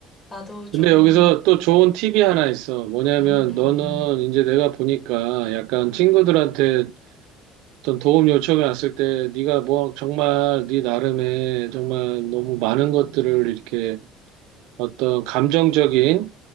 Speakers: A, on the left; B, on the right.
A: 나도 좀,
B: 근데 여기서 또
A: 음,
B: 좋은 팁이 하나 있어. 뭐냐면
A: 음, 음,
B: 너는
A: 음,
B: 이제 내가 보니까 약간 친구들한테 어떤 도움 요청이 왔을 때 네가 뭐 정말 네 나름의 정말 너무 많은 것들을 이렇게 어떤 감정적인